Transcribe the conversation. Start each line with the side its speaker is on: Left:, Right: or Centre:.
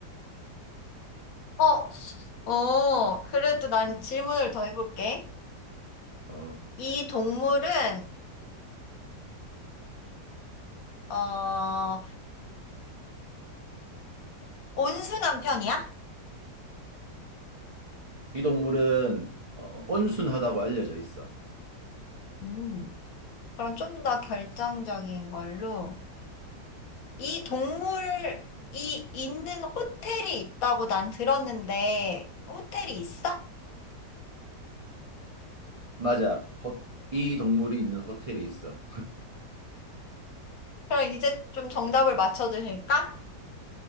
Left: 어, 어, 그래도 난
Right: 어.
Left: 질문을 더 해볼게.
Right: 어,
Left: 이 동물은, 어, 온순한 편이야?
Right: 이 동물은 어, 온순하다고 알려져 있어.
Left: 음. 그럼 좀 더 결정적인 걸로. 이 동물이 있는 호텔이 있다고 난 들었는데, 호텔이 있어?
Right: 맞아. 호, 이 동물이 있는 호텔이 있어.
Left: 그럼 이제 좀 정답을 맞춰주실까?